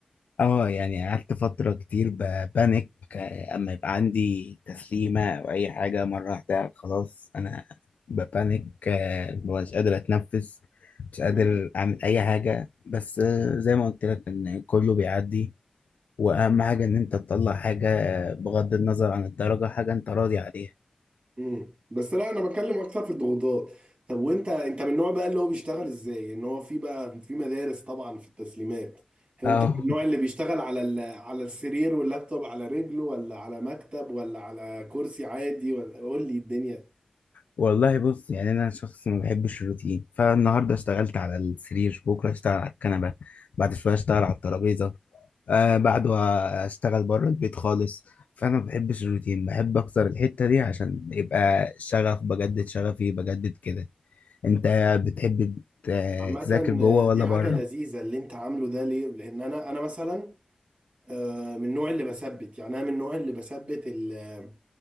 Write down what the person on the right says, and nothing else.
<laughs>
امم بس لا انا بتكلم اكتر في الضغوطات طب وانت انت من النوع بقى اللي هو بيشتغل ازاي ان هو في بقى في مدارس طبعا في التسليمات انت
من النوع اللي بيشتغل على ال... على السرير واللابتوب على رجله ولا على مكتب ولا على كرسي عادي ولا قول لي الدنيا
عامة
آه، دي
حاجة
لذيذة اللي انت عامله ده ليه؟ لأن أنا أنا مثلا آه، من النوع اللي بثبت يعني أنا من النوع اللي بثبت ال- آه،